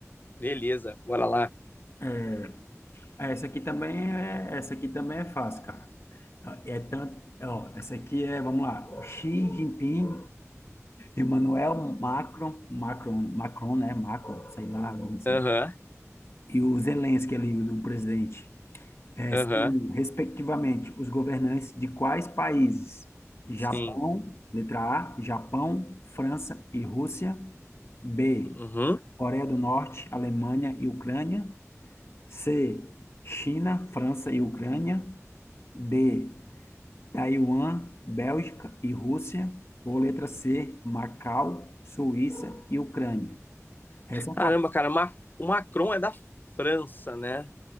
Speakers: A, on the left; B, on the left.
A: Beleza, bora lá.
B: É, essa aqui também é, essa aqui também é fácil, cara. É tanto, ó, essa aqui é, vamos lá, Xi Jinping Emmanuel Macron, Macron, Macron, né? Macron, sei lá, não sei.
A: Aham,
B: e o Zelensky ali, o, o presidente, é,
A: aham,
B: são, respectivamente, os governantes de quais países? Japão,
A: sim.
B: letra A, Japão, França e Rússia. B,
A: Uhum.
B: Coreia do Norte, Alemanha e Ucrânia. C, China, França e Ucrânia. D, Taiwan, Bélgica e Rússia. Ou letra C, Macau, Suíça e Ucrânia. Essa é
A: Caramba, cara, Ma- o Macron é da França, né?